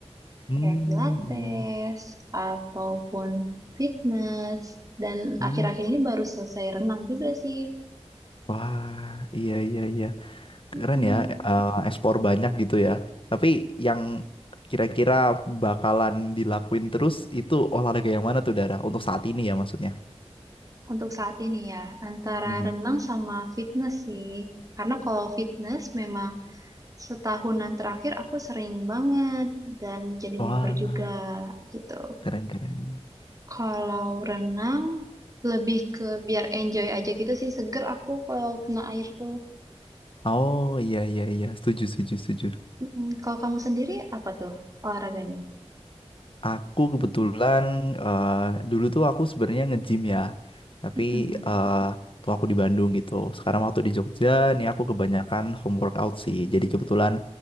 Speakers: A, on the left (about 50°); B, on the right (about 30°).
A: Hmm,
B: kayak pilates,
A: iya.
B: ataupun fitness, dan
A: Hmm.
B: akhir-akhir ini baru selesai renang juga sih.
A: Wah, iya iya iya. Keren
B: Mm-mm.
A: ya, eh, ekspor banyak gitu ya. Tapi yang kira-kira bakalan dilakuin terus itu olahraga yang mana tuh Dara? Untuk saat ini ya maksudnya.
B: Untuk saat ini ya, antara
A: Hmm.
B: renang sama fitness sih, karena kalau fitness memang Setahunan terakhir aku sering banget dan jadi
A: Wah,
B: member juga gitu.
A: keren-keren.
B: Kalau renang lebih ke biar enjoy aja gitu sih, seger aku kalau kena air tuh.
A: Oh iya iya iya, setuju setuju setuju.
B: Mm-mm. Kalau kamu sendiri apa tuh olahraganya?
A: Aku kebetulan eh, dulu tuh aku sebenarnya nge-gym ya, tapi
B: Mm-mm.
A: eh tuh aku di Bandung gitu. Sekarang waktu di Jogja, nih aku kebanyakan home workout sih. Jadi kebetulan